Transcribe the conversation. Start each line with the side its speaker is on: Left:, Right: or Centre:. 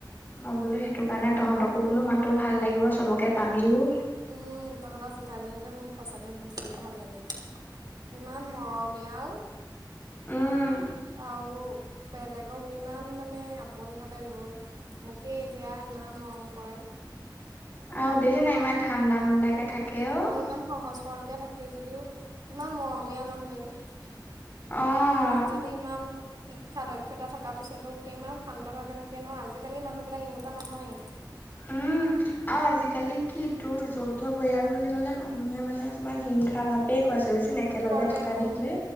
Left: মই বোলো সেইটো কাৰণে তহঁতকো বোলো মাতো ভাল লাগিব চবকে পাবিও।
Right: উম তহঁতৰ জেঠাইজনী যে মোৰ সঁচাকে বহুত ভাল লাগে। ইমান মৰমীয়াল।
Left: উম <inaudible>
Right: আৰু বেলেগক ইমান মানে আপোন ভাৱে লৈ মোকে এতিয়া ইমান মৰম কৰে।
Left: আৰু দেখিচানে নাই ইমান ঠাণ্ডা মুণ্ডা কে থাকে। অ।
Right: অঁহ ইমান সহজ সৰলকৈ থাকে যদিও কিমান মৰমীয়া মানুহজনী।
Left: অ
Right: মানুহজনী ইমান শিক্ষা দক্ষতা থকাৰ পিছতো কিমান শান্তভাৱে থাকে ন' আজিকালি মানুহবিলাক এনেকুৱা নহয়েই।
Left: উম। আৰু আজিকালি কি তোৰ যৌথ পৰিয়াল বুলি কলে মানুহে মানে অকমান হিংসা ভাপেই কৰে চাবিচোন- একেলগে
Right: কৰে
Left: থকা
Right: উম
Left: দেখিলে,